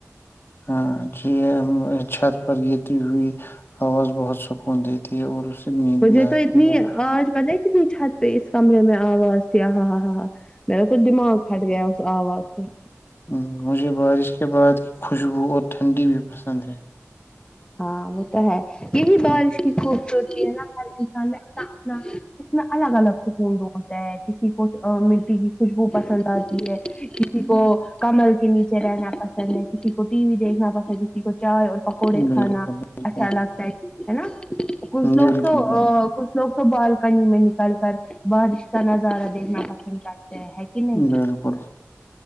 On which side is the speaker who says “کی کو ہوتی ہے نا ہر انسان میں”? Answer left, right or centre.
Left